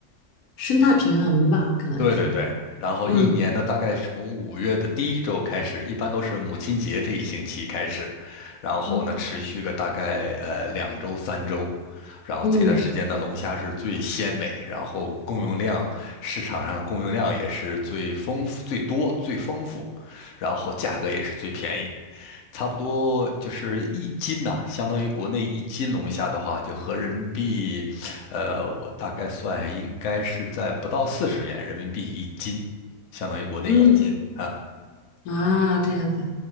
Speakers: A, on the left (about 85°); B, on the left (about 60°).
A: 生态平衡吧，可能是，
B: 对对对，然后一年呢，
A: 嗯
B: 大概从五月的第一周开始，一般都是母亲节这一星期开始，然后呢，
A: 嗯
B: 持续个大概呃两周三周，然后这段时间呢，
A: 嗯
B: 龙虾是最鲜美，然后供应量市场上供应量也是最丰富、最多、最丰富，然后价格也是最便宜，差不多就是一斤呐、相当于国内一斤龙虾的话，就合人民币呃，我大概算一下，应该是在不到四十元人民币一斤，相当于国内一斤啊。
A: 嗯，啊，这样子，